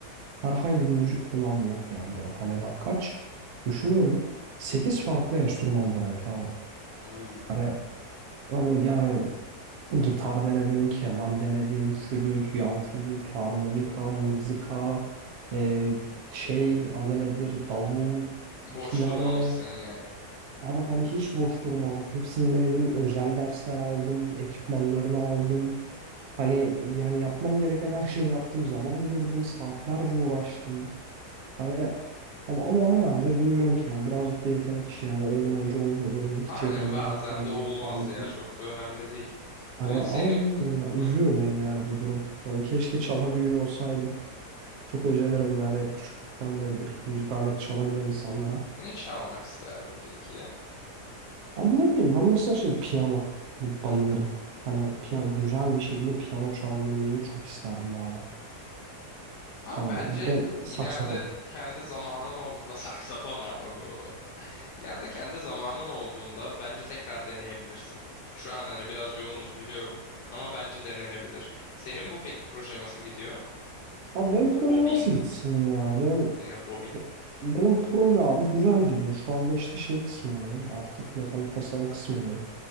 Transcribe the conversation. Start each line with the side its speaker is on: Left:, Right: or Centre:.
Right: Herhangi bir müzik kulağım yok yani benim. Hani bak kaç düşünüyorum. sekiz farklı enstrüman denedim tamam mı?
Left: Uuu.
Right: Hani abi yani gitar denedim, keman denedim, flüt, yan flüt, harmonika, mızıka, e, şey adı nedir, davul,
Left: Boş
Right: piyano.
Left: durmamışsın yani.
Right: Abi hani hiç boş durmadım. Hepsini denedim. Özel dersler aldım, ekipmanlarını aldım. Hani yani yapmam gereken her şeyi yaptım. Zaman ayırdım, saatlerce uğraştım. Hani Ama, ama o herhalde bilmiyorum ki yani birazcık da yetenek işi yani olmayınca olmuyor. Benim de hiç
Left: Aynen
Right: yeteneğim
Left: bazen
Right: yok yani
Left: de olmaz
Right: müzik aletine.
Left: ya çok da önemli değil.
Right: Hani
Left: Bu senin
Right: ama bilmiyorum ya
Left: Hı,
Right: üzüyor beni yani bu durum. Hani keşke çalabiliyor olsaydım. Çok özenirim yani hep küçüklükten beridir müzik aleti çalabilen insanlara.
Left: ne çalmak isterdim peki? ya?
Right: Abi ne bileyim ben mesela şey piyano bayılırım. Hani piyano güzel bir şekilde piyano çalabilmeyi çok isterdim abi.
Left: Abi
Right: Hani
Left: bence
Right: bir de ben saksafon.
Left: ileride kendi zamanın olduğunda <laughs> saksafona. Oo. İleride kendi zamanın olduğunda bence tekrar deneyebilirsin. Şu an hani biraz yoğunuz biliyorum ama bence denenebilir. Senin bu peki proje nasıl gidiyor?
Right: Abi benim proje
Left: Hobin,
Right: nasıl gitsin ya? Benim
Left: senin hobin.
Right: Benim proje abi güzel gidiyor. Şu anda işte şey kısmındayım. Artık mekanik tasarım kısmındayım.